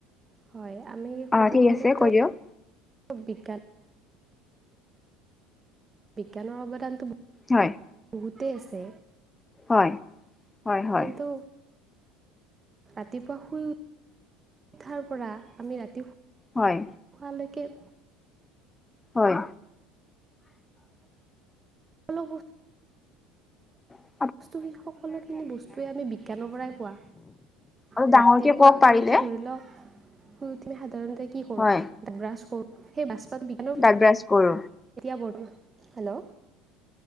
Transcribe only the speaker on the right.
হয় আমি
ক'ব
গ'লেতো
বিজ্ঞান বিজ্ঞানৰ অৱদানটো
গোতেই আছে
কিন্তু ৰাতিপুৱা শুই উঠাৰ পৰা আমি ৰাতি শ
শোৱালৈকে
অলপ।
বস্তু সকলোখিনি বস্তুৱে আমি বিজ্ঞানৰ পৰাই পোৱা।
ৰাতিপুৱা
শুই
উঠি ধৰি লওক শুই উ। থমি সাধাৰণতে কি কৰোঁ
ব্ৰাছ কৰোঁ সেই বাজপাত বিঘন এতিয়া
বৰ্ত। হেল্ল'।